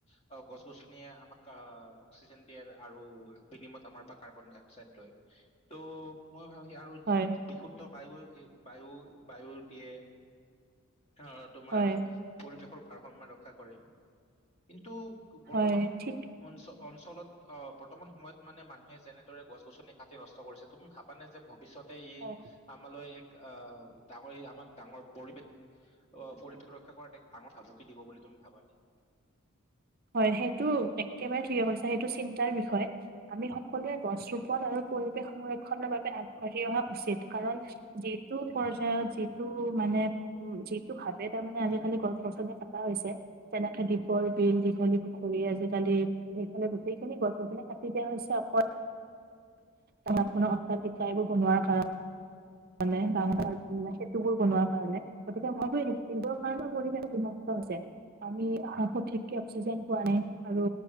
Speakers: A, on the left (about 30°); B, on the right (about 45°).
A: উ <unintelligible> অ গছ গছনিয়ে আমাক আ অক্সিজেন দিয়ে আৰু বিনিময়ত আমাৰ পৰা কাৰ্বন ডাই চাইড লয় তু মই ভাবো আৰু
B: হয়
A: বিশুদ্ধ বায়ু বায়ু বায়ুৰ দিয়ে অ তোমাৰ
B: হয়
A: পৰিৱেশৰ ভাৰসাম্য ৰক্ষা কৰে কিন্তু টো বৰ্তমান
B: হয় ঠিক
A: অঞ্চ অঞ্চলত অ বৰ্তমান সময়ত মানে মানুহে যেনেদৰে গছ গছনি কাটি নষ্ট কৰিছে তুমি ভাবানে যে ভৱিষ্যতে ই
B: হয়
A: আমালৈ অ ডাঙৰে আমাক ডাঙৰ পৰিৱেশ অ পৰিৱেশ ৰক্ষা কৰা এক ডাঙৰ ভাবুকি দিব বুলি তুমি ভাবা নাই
B: হয় সেইটো একেবাৰে ঠিকে কইছা সেইটো চিন্তাৰ বিষয় আমি সকলোৱে গছ ৰোপন আৰু পৰিৱেশ সংৰক্ষনৰ বাবে আগবাঢ়ি অহা উচিত কাৰণ যিটো পৰ্যায়ত যিটো মানে উ যিটো ভাৱে তাৰমানে আজিকালি গছ গছনি কটা হৈছে যেনেকে দীপৰ বিল দীঘলী পুখুৰী আজিকালি সেইফালে গোটেইখিনি গছ গছনিয়ে কাটি দিয়া হৈছে অকল ডাঙৰখনক আকলি জিকাইবোৰ বনোৱাৰ কাৰণ। মানে ডাঙৰ ডাঙৰ সেতুবোৰ বনোৱা কাৰণে গতিকে মই ভাবো এইবোৰ কাৰণে পৰিৱেশ বিনষ্ট যায় আমি সঠিককে অক্সিজেন পোৱা নাই আৰু